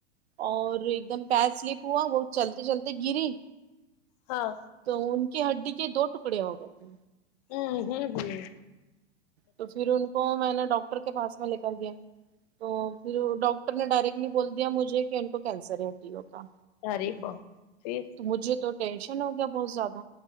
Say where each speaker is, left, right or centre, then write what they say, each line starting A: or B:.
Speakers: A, on the right (about 70°); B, on the left (about 40°).
A: اور ایک دم پیر سلپ ہوا وہ چلتے چلتے گری
B: ہاں
A: تو ان کی ہڈی کے دو ٹکڑے ہو گئے تھے
B: ہاں ہاں <inaudible> بل
A: تو پھر ان کو میں نے ڈاکٹر کے پاس میں لے کر گیا تو پھر ڈاک کر نے ڈائریکٹلی بول دیے مجھے کہ ان کو کینسر ہے ہڈیو ہوگا
B: ارے باپ پھر
A: مجھے تو ٹینشن ہو گیا بہت زیادہ